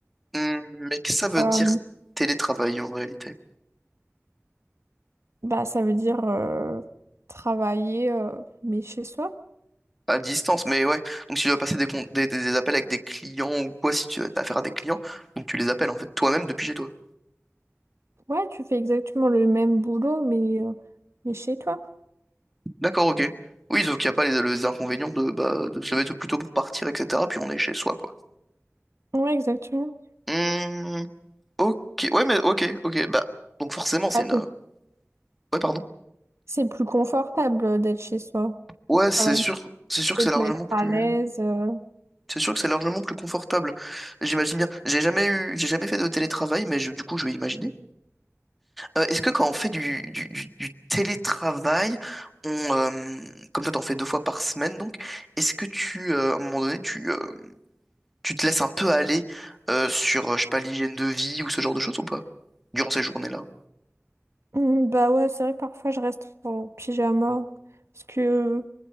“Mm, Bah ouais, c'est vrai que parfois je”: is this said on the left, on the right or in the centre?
Right